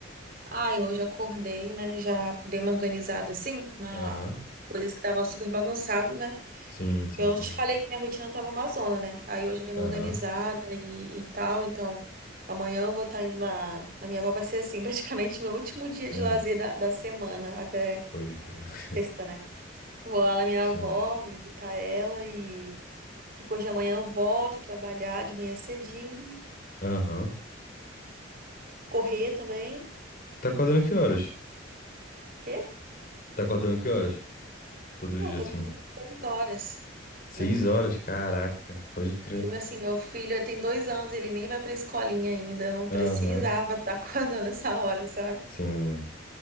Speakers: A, on the right; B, on the left.
A: Ai, hoje eu acordei, né? Já dei uma organizada assim na
B: Aham,
A: coisas que tava super bagunçado, né?
B: Sim, sim,
A: Eu
B: sim.
A: te falei que minha rotina tava uma zona, né? Aí hoje eu dei uma
B: Aham,
A: organizada e, e tal, então amanhã eu vou estar indo na, na minha avó, vai ser assim, <laughs> praticamente meu último dia
B: Hum,
A: de lazer da, da semana, até
B: pode crer. <laughs>
A: sexta, né? Vou lá na minha
B: Sim.
A: avó, visitar ela e depois de amanhã eu volto a trabalhar de manhã cedinho.
B: Aham.
A: Correr também.
B: Tá acordando que horas?
A: Quê?
B: Tá acordando que horas? Todo
A: Pô,
B: dia,
A: eu tô
B: assim.
A: acordando às seis horas
B: Seis
A: da manhã.
B: horas? Caraca, pode crer.
A: E eu, assim, meu filho tem dois anos, ele nem vai pra escolinha ainda. Eu não precisava
B: Aham,
A: estar <laughs> acordando essa hora, sabe?
B: Sim.